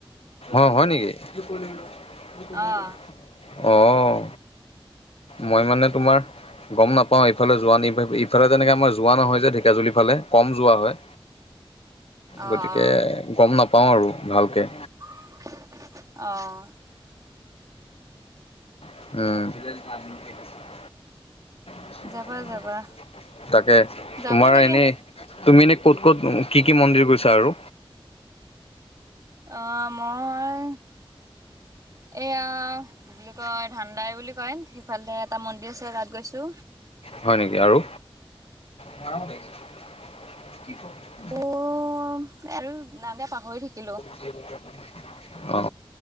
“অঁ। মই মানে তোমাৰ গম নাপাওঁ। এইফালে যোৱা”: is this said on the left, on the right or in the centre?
Left